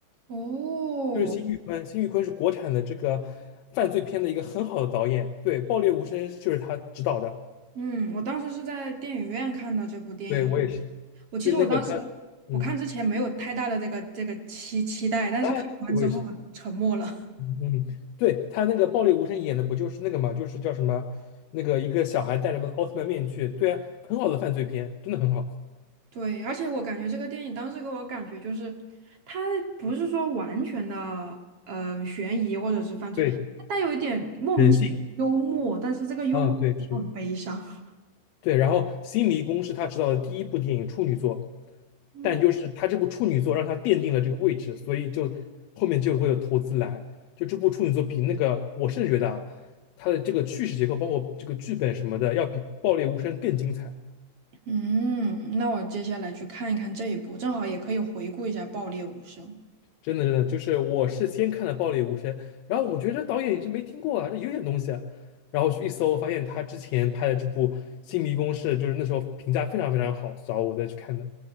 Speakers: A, on the right (about 45°); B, on the left (about 80°).
A: 哦，
B: 就是辛玉坤，辛玉坤是国产的这个犯罪片的一个很好的导演，对，爆裂无声就是他执导的，
A: 嗯，我当时是在电影院看的这部电影。
B: 对我也是，
A: 我其实我当时
B: 就那个他，嗯
A: 我看之前没有太大的这个这个期期待，但是看完之后我沉默了。
B: 啊，我也是，嗯，嗯对他那个爆裂无声演的不就是那个嘛，就是叫什么那个一个小孩戴着奥特曼面具，对啊，很好的犯罪片，真的很好，
A: <laughs> 对，而且我感觉这个电影当时给我感觉就是，它不是说完全的呃悬疑或者是犯罪，
B: 对，
A: 它带有一点莫名其妙的幽默，
B: 人性
A: 但是这个幽默就很悲伤。
B: 啊，对是的
A: <laughs>
B: 对，然后《新迷宫》是他执导的第一部电影处女作，
A: 嗯
B: 但就是他这部处女作让他奠定了这个位置，所以就后面就会有投资来。就这部处女作比那个，我甚至觉得啊，他的这个叙事结构，包括这个剧本什么的，要比《爆裂无声》更精彩。
A: 嗯，那我接下来去看一看这一部，正好也可以回顾一下《爆裂无声》。
B: 真的，真的，就是我是先看了《爆裂无声》，然后我觉得这导演也是没听过啊，这有点东西啊。然后去一搜，发现他之前拍的这部《新迷宫》是就是那时候评价非常非常好，所以我再去看的。